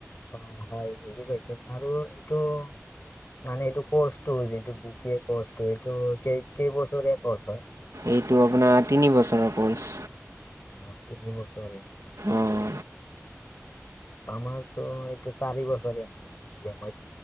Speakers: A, on the left (about 45°); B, on the right (about 80°).
A: অ হয় বুজি পাইছো আৰু এইটো মানে এইটো কৰ্চটো যিটো বি চি এ কৰ্চটো এইটো কেই কেইবছৰে কৰ্চ হয়
B: এইটো আপোনাৰ তিনি বছৰৰ কৰ্চ।
A: অ, তিনি বছৰ
B: অঁ
A: আমাৰতো এইটো চাৰি বছৰীয়া <unintelligible>